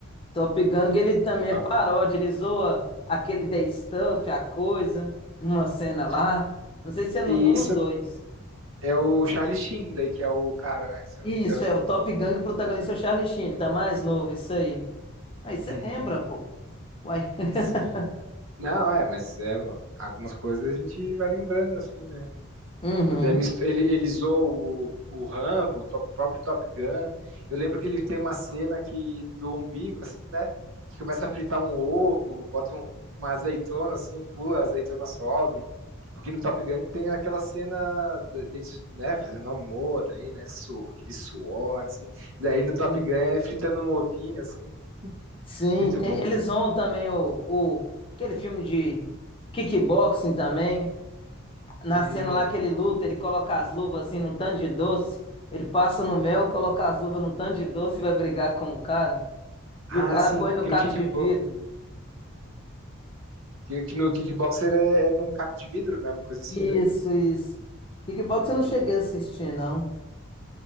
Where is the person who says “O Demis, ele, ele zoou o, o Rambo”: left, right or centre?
Right